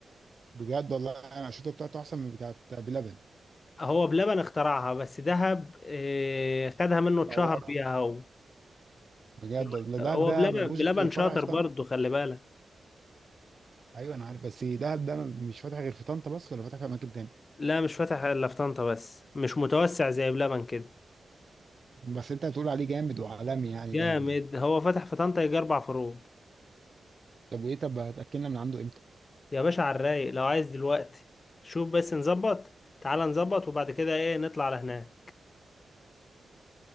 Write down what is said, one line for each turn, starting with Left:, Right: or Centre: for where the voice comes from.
Right: بجد والله انا الشوطه بتاعته احسن من بتاعت بلبن
Left: هو بلبن اخترعها بس دهب آه، خدها منه اتشهر
Right: طورها
Left: بيها هو
Right: بجد
Left: دلوقتي
Right: والله دهب
Left: هو
Right: ده
Left: بلبن
Right: ملوش
Left: بلبن
Right: غير
Left: شاطر
Right: فرع في
Left: برضه
Right: طنطا
Left: خلي بالك
Right: ايوه انا عارف بس دهب ده مش فاتح غير في طنطا بس ولا فاتح في اماكن تاني
Left: لا مش فاتح الا في طنطا بس مش متوسع زي بلبن كده
Right: بس انت هتقول عليه جامد وعالمي يعني
Left: جامد
Right: دهب ده
Left: هو فتح في طنطا يجي اربع فروع
Right: طب ايه طب هتاكلنا من عنده امتى
Left: يا باشا على الرايق لو عايز دلوقتي شوف بس نظبط تعال نظبط وبعد كده ايه نطلع على هناك